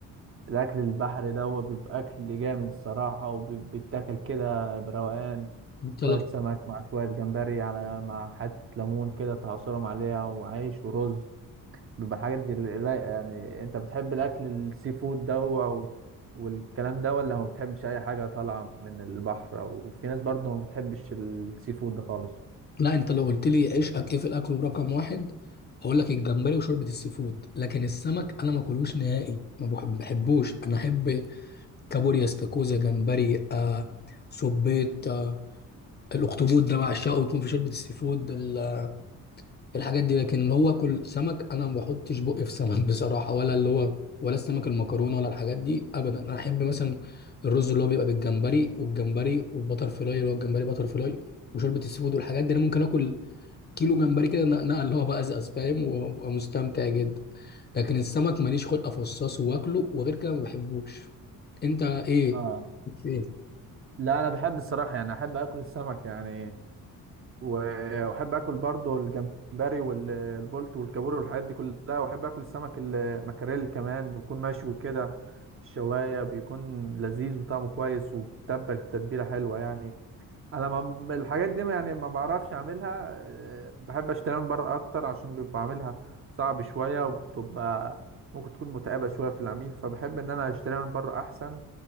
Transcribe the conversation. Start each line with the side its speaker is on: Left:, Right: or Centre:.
Right: الاكل البحري ده هو بيبقى اكل جامد الصراحه وبيتاكل كده بروقان
Left: انت
Right: شويه سمك مع شويه جمبري على مع حته ليمون كده تعصرهم عليها وعيش ورز بيبقى الحاجات دي رايقه يعني انت بتحب الاكل السي فود ده و- والكلام ده ولا ما بتحبش اي حاجه طالعه من البحر وفي ناس برضو ما بتحبش السي فود ده خالص
Left: لا انت لو قلت لي عشقك ايه في الاكل ورقم واحد هقول لك الجمبري وشوربه السي فود لكن السمك انا ما اكلوش نهائي ما بح- ما بحبوش انا احب كابوريا استاكوزا جمبري آه صبيط آه الاخطبوط ده بعشقه يكون في شوربه السي فود ال- الحاجات دي لكن اللي هو اكل سمك انا ما بحطش بقي في سمك <laughs> بصراحه ولا اللي هو ولا السمك المكرونه ولا الحاجات دي ابدا انا احب مثلا الرز اللي هو بيبقى بالجمبري والجمبري والبتر فلاي اللي هو الجمبري بتر فلاي وشوربه السي فود والحاجات دي انا ممكن اكل كيلو جمبري كده ن- نقل هو بقى ازاز فاهم وابقى مستمتع جدا لكن السمك ماليش خلق افصصه واكله وغير كده ما بحبوش انت ايه
Right: اه
Left: بت- ايه
Right: لا انا بحب الصراحه يعني احب اكل السمك يعني و- واحب اكل برضه الجمبري والبولت والكابوري والحاجات دي كلها واحب اكل السمك ال- المكاريل كمان ويكون مشوي كده في الشوايه بيكون لذيذ وطعمه كويس وبتبل التتبيله حلوه يعني انا ما الحاجات دي يعني ما بعرفش اعملها آه، بحب اشتريها من بره اكتر عشان بيبقى عاملها صعب شويه وبتبقى ممكن تكون متعبه شويه في العميل فبحب ان انا اشتريها من بره احسن